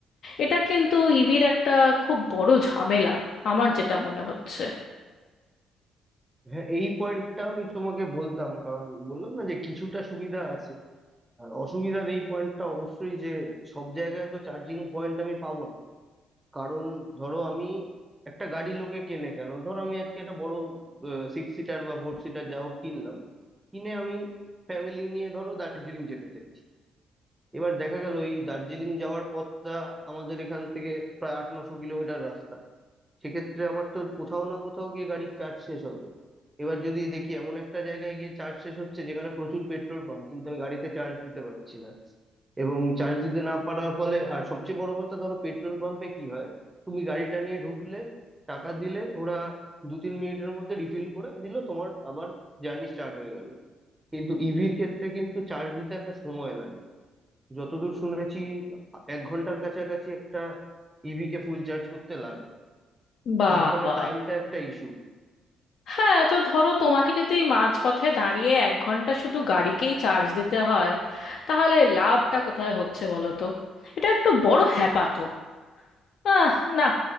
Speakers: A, on the left; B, on the right.
A: এটা কিন্তু ইভির একটা খুব বড় ঝামেলা আমার যেটা মনে হচ্ছে
B: হ্যাঁ এই পয়েন্টটা আমি তোমাকে বলতাম কারণ বললাম না যে কিছুটা সুবিধা আছে আর অসুবিধার এই পয়েন্টটা অবশ্যই যে সব জায়গায় তো চার্জিং পয়েন্ট আমি পাবো না কারণ ধরো আমি একটা গাড়ি লোকে কেনে কেন ধরো আমি আজকে একটা বড় সিক্স সিটার বা ফোর সিটার যা হোক কিনলাম কিনে আমি ফ্যামিলি নিয়ে ধরো দার্জিলিং যেতে চাই এবার দেখা গেল এই দার্জিলিং যাওয়ার পথটা আমাদের এখান থেকে প্রায় আট নশো কিলোমিটার রাস্তা সেক্ষেত্রে আমার তো কোথাও না কোথাও গিয়ে গাড়ির চার্জ শেষ হবে এবার যদি দেখি এমন একটা জায়গায় গিয়ে চার্জ শেষ হচ্ছে যেখানে প্রচুর পেট্রোল পাম্প কিন্তু আমি গাড়িতে চার্জ দিতে পারছি না এবং চার্জ দিতে না পারার ফলে আর সবচেয়ে বড় কথা ধরো পেট্রোল পাম্পে কি হয় তুমি গাড়িটা নিয়ে ঢুকলে টাকা দিলে ওরা দু তিন মিনিটের মধ্যে রিফিল করে দিল তোমার আবার জার্নি স্টার্ট হয়ে গেল কিন্তু ইভির ক্ষেত্রে কিন্তু চার্জ দিতে একটা সময় লাগে যতদূর শুনেছি এক ঘন্টার কাছাকাছি একটা ইভি কে ফুল চার্জ করতে লাগে
A: বাবা
B: তার ফলে টাইমটা একটা ইস্যু
A: হ্যাঁ তো ধরো তোমাকে যদি মাঝপথে দাঁড়িয়ে এক ঘন্টা শুধু গাড়িকেই চার্জ দিতে হয় তাহলে লাভটা কোথায় হচ্ছে বলো তো এটা একটু বড় হ্যাপা তো আহ না